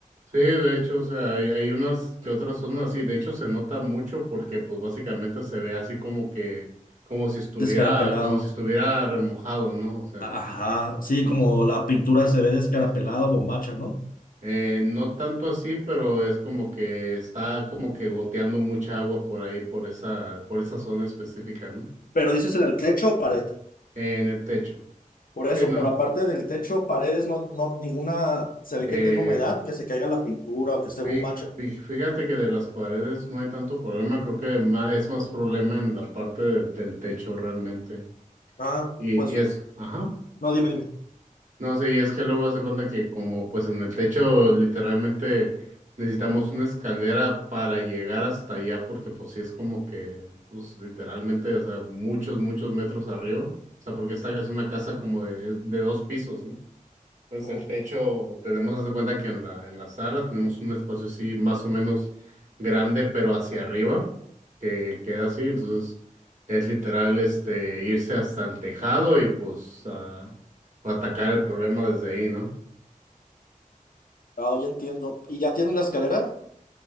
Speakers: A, on the right (about 60°); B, on the left (about 80°).
A: Sí, de hecho, o sea, hay, hay unas que otras zonas así, de hecho se nota mucho porque pues básicamente se ve así como que, como si estuviera,
B: Descarapelado.
A: como si estuviera remojado, ¿no? O sea,
B: Ajá, sí,
A: como-
B: como la pintura
A: sí,
B: se ve descarapelada
A: sí,
B: o bombacha, ¿no?
A: Eh, no tanto así, pero es como que está como que goteando mucha agua por ahí, por esa, por esa zona específica, ¿no?
B: Pero dices en el techo o pared.
A: en el techo.
B: Por eso,
A: Sí, no.
B: pero aparte del techo, paredes, no, no, ninguna se ve
A: Eh,
B: que tiene humedad, que se caiga la pintura o que esté
A: fí-
B: bombacha.
A: fí- fíjate que de las paredes no hay tanto problema, creo que ma- es más problema en la parte del del techo realmente.
B: Ah,
A: Y,
B: pues
A: y es, ajá.
B: No, dime, dime.
A: No, sí, es que luego hace cuenta que como pues en el techo literalmente necesitamos una escalera para llegar hasta allá porque pues sí es como que pues literalmente, o sea, muchos, muchos metros arriba. O sea, porque esta es una casa como de, de dos pisos, ¿no? Entonces
B: Ujú.
A: el techo, tenemos hasta cuenta que en la, en la sala tenemos un espacio así más o menos grande, pero hacia arriba, que queda así. Entonces es literal este irse hasta el tejado y pues a- atacar el problema desde ahí, ¿no?
B: Ah, ya entiendo. ¿Y ya tienen la escalera?